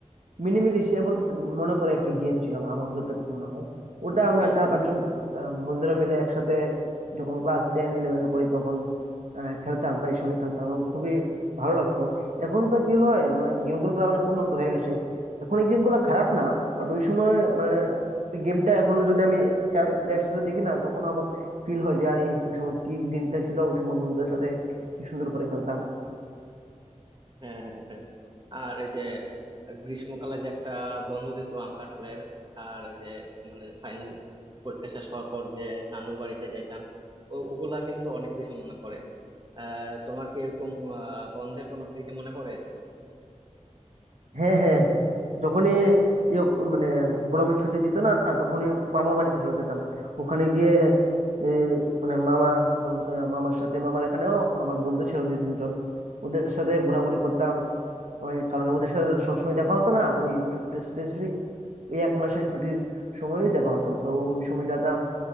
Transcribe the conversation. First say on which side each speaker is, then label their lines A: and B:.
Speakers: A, on the right (about 70°); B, on the right (about 40°).
A: মিনিমিল এশিয়া বলতে মনে করে একটা গেম ছিল আমার যতটুকু মনে হয় ওটা আমরা
B: হ্যাঁ
A: চার
B: হ্যাঁ
A: পাঁচজন আহ, বন্ধুরা মিলে একসাথে যখন ক্লাস টেন ইলেভেনে পড়ি তখন আহ, খেলতাম প্রায় সময় খেলতাম এবং খুবই ভালো লাগতো এখন তো কি হয় মানে গেমগুলো অনেক উন্নত হয়ে গেছে এখন এই গেমগুলো খারাপ না বাট ওই সময় মানে গেমটা এখনো যদি আমি প্লে স্টোরে দেখি না তখন আমার ফিল হয় যে আরে ওই সময় কি দিনটা ছিল ওই সময় বন্ধুদের সাথে কি সুন্দর করে খেলতাম
B: হ্যাঁ হ্যাঁ হ্যাঁ হ্যাঁ। আর এই যে গ্রীষ্মকালে যে একটা বন্ধ দিত আম কাঁঠালের আর এই যে মানে ফাইনাল পরীক্ষা শেষ হওয়ার পর যে নানুর বাড়িতে যাইতাম ও- ওগুলা কিন্তু অনেক বেশি মনে পড়ে আহ তোমার কি এরকম আহ বন্ধের কোনো স্মৃতি মনে পড়ে
A: হ্যাঁ হ্যাঁ যখনই ইয়ে মানে গরমের ছুটি দিত না তখনই মামা বাড়িতে চলে যেতাম ওখানে গিয়ে এ, মানে মামা বল- আহ, মামার সাথে মামার এখানেও আমার বন্ধু ছিল দুই তিনজন ওদের সাথে ঘোরাঘুরি করতাম ওই কারণ ওদের সাথে তো সবসময় দেখা হতো না ওই স্পেসিফিক ওই এক মাসের ছুটির সময়ই দেখা হতো তো ওই সময় যেতাম